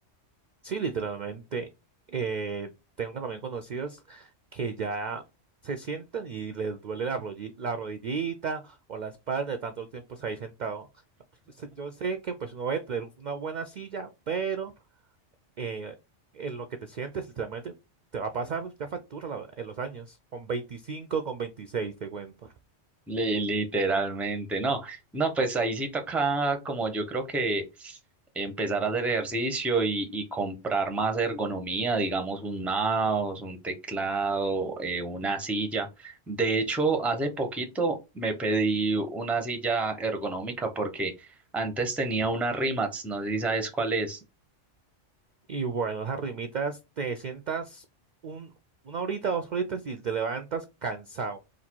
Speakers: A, on the right; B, in the centre.
A: Sí, literalmente. eh, tengo también conocidos que ya se sientan y les duele la, rolli- la rodillita o la espalda de tanto tiempo estar ahí sentado. Se- Yo sé que pues uno debe tener una buena silla, pero eh, en lo que te sientes literalmente te va a pasar ya factura la- en los años, con 25, con 26 te cuento.
B: Li- Literalmente, no, no, pues ahí sí toca como yo creo que empezar a hacer ejercicio y, y comprar más ergonomía, digamos un mouse, un teclado, eh, una silla. De hecho, hace poquito me pedí una silla ergonómica porque antes tenía una Rimax, no sé si sabes cuál es.
A: Y bueno, esas rimitas te sientas un, una horita, dos horitas y te levantas cansado.